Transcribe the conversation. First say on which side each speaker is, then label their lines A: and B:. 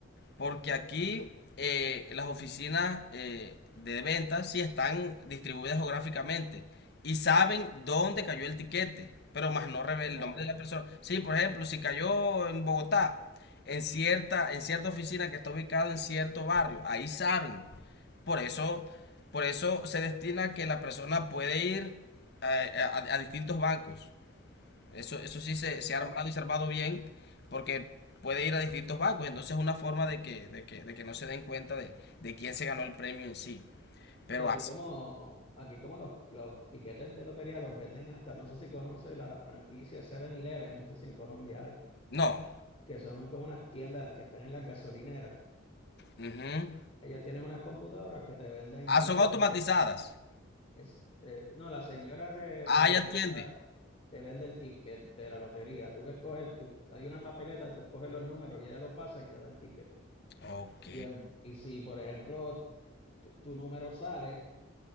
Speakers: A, on the left; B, on the left.
A: porque aquí eh, las oficinas eh, de ventas sí están distribuidas geográficamente y saben dónde cayó el tiquete, pero más no revela
B: exacto.
A: el nombre de la persona. Sí, por ejemplo, si cayó en Bogotá, en cierta, en cierta oficina que está ubicada en cierto barrio, ahí saben. Por eso, por eso se destina que la persona puede ir eh, a, a distintos bancos eso, eso sí se, se
B: A-
A: ha armado y se bien porque puede ir a distintos bancos. Entonces es una forma de que, de que, de que no se den cuenta de, de quién se ganó el premio en sí. Pero
B: Aquí
A: así.
B: como, aquí como los, los tiquetes de lotería los venden hasta, no sé si conoce la franquicia 7-Eleven, no sé si en Colombia hay.
A: No.
B: que son como unas tiendas que están en las gasolineras.
A: Ujú.
B: Ellas tienen unas computadoras que te venden
A: Ah, son
B: los
A: automatizadas.
B: tickets. Es, eh, no, la señora de,
A: Ah,
B: de
A: ya entiende.
B: que está te vende el ticket de la lotería. Tú escoges, tú, hay una papeleta, tú coges los números y ella lo pasa y te da el ticket.
A: Ok.
B: Y, en- y si, por ejemplo, tu, tu número sale,